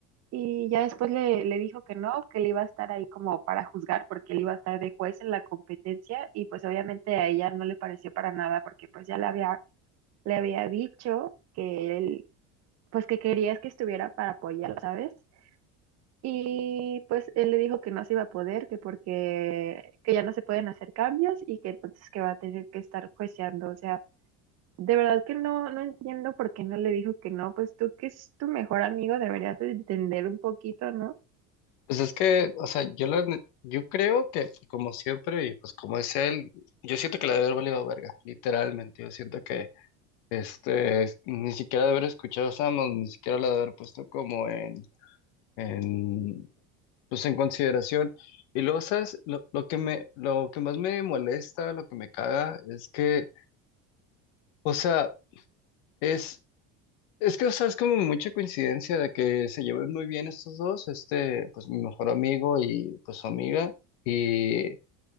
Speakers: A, on the right; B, on the left.
A: y ya después le, le dijo que no, que él iba a estar ahí como para juzgar porque él iba a estar de juez en la competencia y pues obviamente a ella no le pareció para nada porque pues ya le había, le había dicho que él, pues que querías que estuviera para apoyar, ¿sabes? Y pues él le dijo que no se iba a poder, que porque que ya no se pueden hacer cambios y que entonces que va a tener que estar jueceando. O sea, de verdad que no, no entiendo por qué no le dijo que no. Pues tú que es tu mejor amigo deberías de entender un poquito, ¿no?
B: Pues es que, o sea, yo la, yo creo que como siempre y pues como es él, yo siento que la debe haber valido verga, literalmente. Yo siento que, este, ni siquiera de haber escuchado a Samos, ni siquiera la de haber puesto como en, en, pues en consideración. Y luego, ¿sabes? Lo, lo que me, lo que más me molesta, lo que me caga, es que O sea, es, es que, o sea, es como mucha coincidencia de que se lleven muy bien estos dos, este, pues mi mejor amigo y pues su amiga, y